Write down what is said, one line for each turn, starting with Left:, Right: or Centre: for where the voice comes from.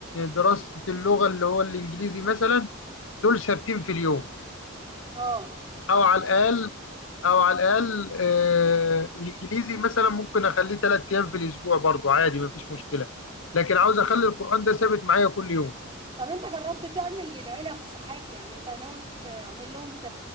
Left: دراسة اللغة اللي هو الإنجليزي مثلا دول ثابتين في اليوم
Right: اه
Left: او على الاقل او على الاقل آه الانجليزي مثلا ممكن اخليه ثلاث ايام في الاسبوع برضو عادي مفيش مشكله لكن عاوز اخلي القران ده ثابت معايا كل يوم
Right: طب انت جربت تعمل للعيله فسحات يعني انت ناوي تعمل لهم ت...